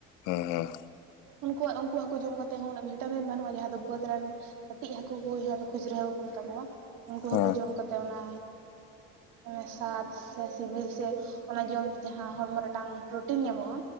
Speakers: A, on the left (about 80°); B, on the right (about 85°).
A: ᱦᱮᱸ ᱦᱮᱸ
B: ᱩᱱᱠᱩᱣᱟᱜ ᱩᱱᱠᱩ ᱦᱟᱹᱠᱩ ᱡᱚᱢ ᱠᱟᱛᱮᱫ ᱦᱚᱸ ᱩᱱᱟᱹᱜ ᱵᱷᱤᱴᱟᱢᱤᱱ ᱵᱟᱹᱱᱩᱜᱼᱟ ᱡᱟᱦᱟᱸ ᱫᱚ ᱵᱟᱹᱫᱽ ᱨᱮᱱ ᱠᱟᱹᱴᱤᱡ ᱦᱟᱹᱠᱩ ᱠᱚ ᱡᱟᱦᱟᱸ ᱫᱚ ᱠᱷᱩᱪᱨᱟᱹ ᱦᱟᱹᱠᱩ ᱠᱚ ᱢᱮᱛᱟ ᱠᱚᱣᱟ ᱩᱱᱠᱩ
A: ᱦᱩᱸ
B: ᱦᱟᱹᱠᱩ ᱡᱚᱢ ᱠᱟᱛᱮᱫ ᱚᱱᱟ ᱚᱱᱮ ᱥᱟᱫ ᱥᱮ ᱥᱤᱵᱤᱞ ᱥᱮ ᱚᱱᱟ ᱡᱚᱢᱛᱮ ᱡᱟᱦᱟᱸ ᱦᱚᱲᱢᱚ ᱢᱤᱫᱴᱟᱝ ᱯᱨᱚᱴᱤᱱ ᱧᱟᱢᱚᱜ-ᱟ